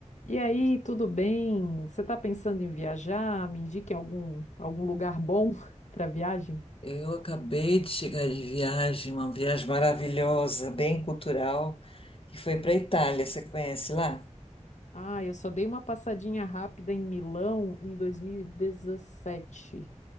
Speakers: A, on the left; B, on the left.
A: E aí, tudo bem? Você está pensando em viajar? Me indique algum, algum lugar bom <laughs> para viagem?
B: Eu acabei de chegar de viagem, uma viagem maravilhosa, bem cultural, que foi para a Itália. Você conhece lá?
A: Ah, eu só dei uma passadinha rápida em Milão em 2017.